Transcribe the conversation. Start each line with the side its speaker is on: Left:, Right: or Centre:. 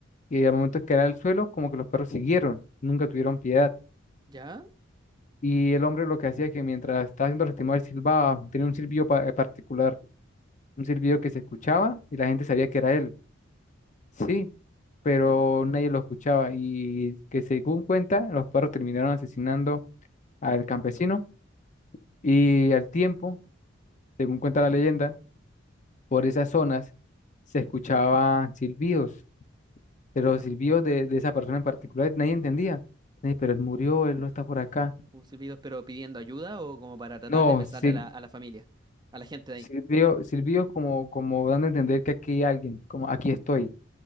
Left: y al momento que era al suelo, como que los perros siguieron, nunca tuvieron piedad.
Right: ¿Ya?
Left: Y el hombre lo que hacía es que mientras estaba haciendo lastimado, él silbaba, tenía un silbido pa- particular, un silbido que se escuchaba y la gente sabía que era él, sí, pero
Right: ¿Ya?
Left: nadie lo escuchaba y que según cuenta, los perros terminaron asesinando al campesino y al tiempo, según cuenta la leyenda, por esas zonas se escuchaban silbidos, pero
Right: Claro,
Left: los silbidos de, de esa persona en particular nadie entendía, "Ey, pero él murió, él no está por acá.
Right: como silbidos, pero pidiendo ayuda o como para tratar
Left: No,
Right: de pesarle
Left: sí,
Right: a la, a la familia, a la gente de
Left: Sirvió,
Right: ahí.
Left: sirvió como, como dando a entender que aquí hay alguien, como aquí estoy,